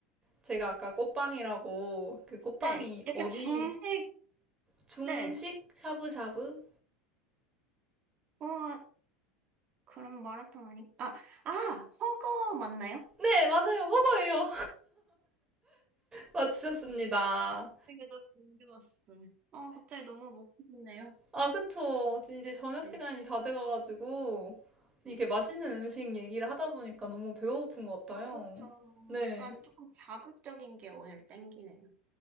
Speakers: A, on the right (about 20°); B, on the right (about 40°).
A: 제가 아까 꽃빵이라고 그 꽃빵이
B: 네. 약간
A: 어디
B: 중식.
A: 중식
B: 네.
A: 샤브샤브?
B: 어, 그럼 마라탕 아니? 아, 아, 허거 맞나요?
A: 네, 맞아요. 허거예요. <laughs> 맞추셨습니다.
B: 이게 너무 궁금했어. 아 갑자기 너무 먹고 싶네요.
A: 아, 그쵸. 이제 저녁
B: 네.
A: 시간이 다 돼가가지고 이게
B: 네.
A: 맛있는 음식 얘기를 하다 보니까 너무 배가 고픈 것 같아요.
B: 어, 그쵸.
A: 네.
B: 약간 조금 자극적인 게 오늘 땡기네요.